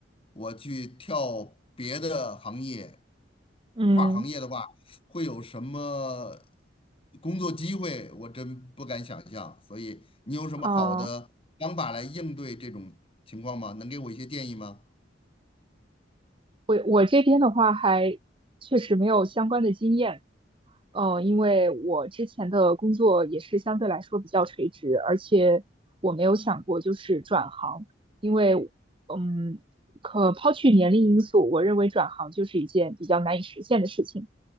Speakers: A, on the left (about 30°); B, on the right (about 30°).
A: 我去跳别的行业。
B: 嗯
A: 跨行业的话，会有什么工作机会？我真不敢想象。所以你有什么好的方法来应对这种情况吗？
B: 嗯，
A: 能给我一些建议吗？
B: 我我这边的话还确实没有相关的经验，嗯，因为我之前的工作也是相对来说比较垂直，而且我没有想过就是转行，因为嗯，可抛去年龄因素，我认为转行就是一件比较难以实现的事情。